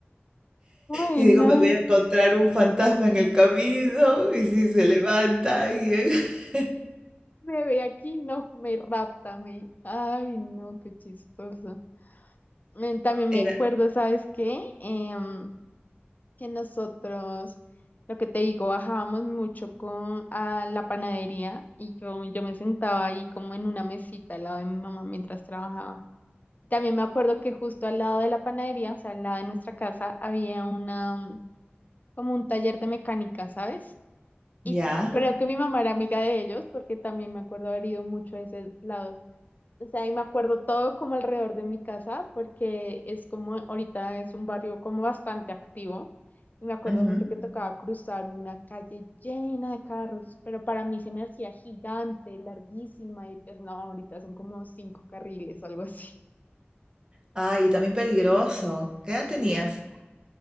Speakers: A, on the left; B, on the right.
A: Ay,
B: Y digo,
A: no.
B: me voy a encontrar un fantasma en el camino, y si se levanta, y <laughs>
A: Me ve aquí, no, me rapta, me. Ay, no, qué chistoso. Eh, También
B: era,
A: me acuerdo, ¿sabes qué? Em, que nosotros, lo que te digo, bajábamos mucho con a la panadería y yo, yo me sentaba ahí como en una mesita al lado de mi mamá mientras trabajaba. También me acuerdo que justo al lado de la panadería, o sea, al lado de nuestra casa, había una, mm, como un taller de mecánica, ¿sabes? Y
B: ya,
A: Creo que mi mamá era amiga de ellos porque también me acuerdo haber ido mucho a ese lado O sea, y me acuerdo todo como alrededor de mi casa, porque es como, ahorita es un barrio como bastante activo, y me acuerdo
B: ujú.
A: mucho que tocaba cruzar una calle llena de carros, pero para mí se me hacía gigante, larguísima, y pues no, ahorita son como cinco carriles, algo así.
B: Ay, y también peligroso. ¿Qué edad tenías?
A: Sí.